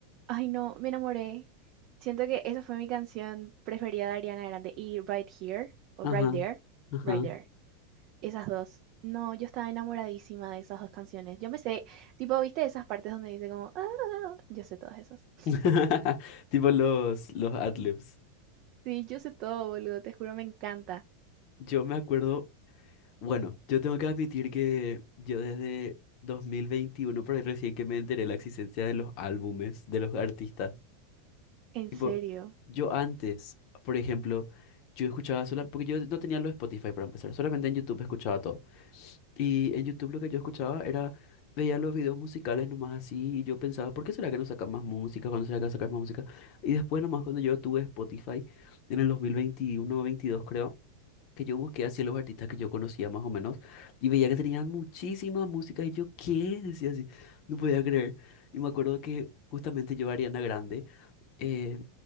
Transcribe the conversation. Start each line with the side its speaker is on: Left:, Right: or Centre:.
Right: Ay, no, me enamoré. Siento que esa fue mi canción preferida de Ariana Grande. Y Right Here, o
Left: Ajá.
Right: Right There,
Left: Ajá.
Right: Right There. Esas dos. No, yo estaba enamoradísima de esas dos canciones. Yo me sé, tipo, ¿viste esas partes donde dice como, ah, ah, ah"? yo sé todas esas? <laughs>
Left: <laughs> Tipo los, los adlibs.
Right: Sí, yo sé todo, boludo, te juro, me encanta.
Left: Yo me acuerdo, bueno, yo tengo que admitir que yo desde 2021, por ahí recién que me enteré de la existencia de los álbumes de los artistas.
Right: En
Left: Tipo,
Right: serio.
Left: yo antes, por ejemplo, yo escuchaba solo, porque yo no tenía los Spotify para empezar, solamente en YouTube escuchaba todo. Y en YouTube lo que yo escuchaba era, veía los videos musicales nomás así y yo pensaba, ¿por qué será que no sacan más música? ¿Cuándo será que va a sacar más música? Y después nomás cuando yo tuve Spotify en el dos mil veintiuno veintidós creo, que yo busqué así los artistas que yo conocía más o menos y veía que tenían muchísimas músicas y yo, ¿qué? Decía así, no podía creer. Y me acuerdo que justamente yo, Ariana Grande, eh,